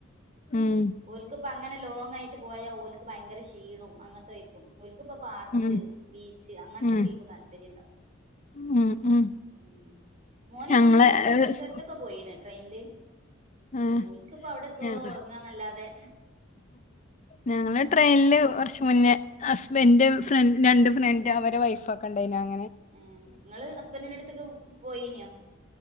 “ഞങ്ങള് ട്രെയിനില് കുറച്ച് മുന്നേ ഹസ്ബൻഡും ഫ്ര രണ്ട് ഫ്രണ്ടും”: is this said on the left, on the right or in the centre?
Left